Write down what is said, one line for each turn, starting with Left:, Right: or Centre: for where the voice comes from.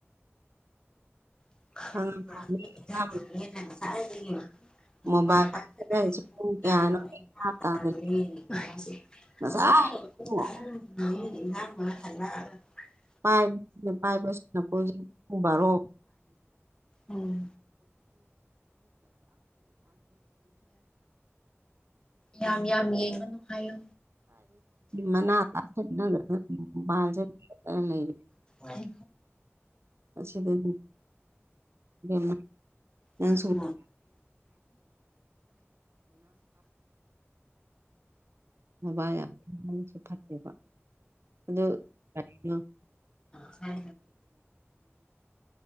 Left: ꯁꯔ
Right: ꯈꯪꯉꯕ
Left: ꯃꯕꯥ
Right: ꯃꯣꯕꯥꯏꯜ ꯄꯥꯏꯈꯠꯂꯛꯏꯁꯤ ꯄꯨꯡ
Left: ꯇ
Right: ꯀꯌꯥꯅꯣ ꯑꯩ ꯚꯥꯞ ꯇꯥꯗꯦ
Left: ꯏ
Right: ꯉꯁꯥꯏ ꯄꯨꯡ ꯄꯥꯏ ꯄꯥꯏꯕꯁꯅ ꯄ ꯎꯕꯥꯔ
Left: ꯎꯝ ꯌꯥꯝ ꯌꯥꯝ ꯌꯦꯡꯉꯅꯨ ꯍꯥꯏꯌꯨ ꯃ
Right: ꯃꯅꯥ ꯇꯥꯁꯟꯅꯗꯅ ꯃꯣꯕꯥꯏꯜꯁꯦ ꯃꯦꯠꯂ ꯂꯩꯔꯦ
Left: ꯑ ꯎ
Right: ꯑꯁꯤꯗꯗꯤ ꯏꯕꯦꯝꯃ ꯅꯪꯁꯨ
Left: ꯑ ꯁ
Right: ꯃꯣꯕꯥ ꯌꯥꯝꯁꯨ ꯐꯠꯇꯦꯕ ꯑꯗꯨ ꯀꯅ
Left: ꯠꯇꯦ